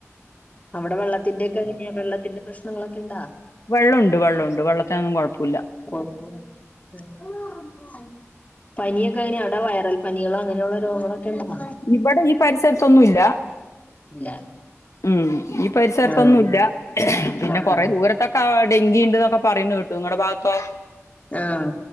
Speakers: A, on the left; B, on the left.
A: അവടെ വെള്ളത്തിന്റെ ഒക്കെ വെള്ളത്തിന്റെ പ്രശ്നങ്ങളൊക്കെ ഇണ്ടാ
B: വെള്ളമുണ്ട് വെള്ളമുണ്ട് വെള്ളത്തിനൊന്നും കുഴപ്പമില്ല
A: കൊയപ്പൊന്നുല്ല ഉം പനിയൊക്കെ അങ്ങനെയ അവട വയറൽ പനികളോ അങ്ങനെയുള്ള രോഗങ്ങളൊക്കെ ഉണ്ടോ
B: ഇവിടെ ഈ പരിസരത്തൊന്നുമില്ല
A: ഇല്ല
B: ഉം ഈ പരിസരത്തൊന്നുംല്ല
A: ആഹ്
B: പിന്നെ
A: ആഹ്
B: കൊറെ ദൂരത്തൊക്കെ ഡെങ്കി ഉണ്ട്ന്നൊക്കെ പറയുന്നു കേട്ടു നിങ്ങളുടെ ഭാഗത്തോ
A: ആഹ്